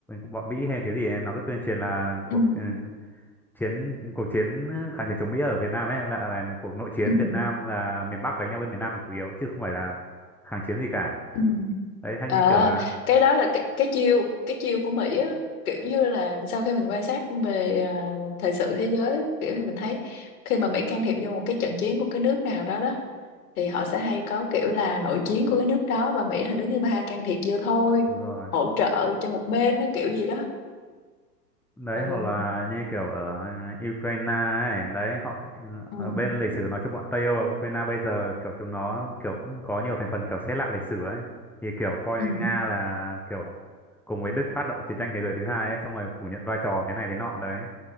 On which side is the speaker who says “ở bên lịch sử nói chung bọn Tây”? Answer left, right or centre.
Centre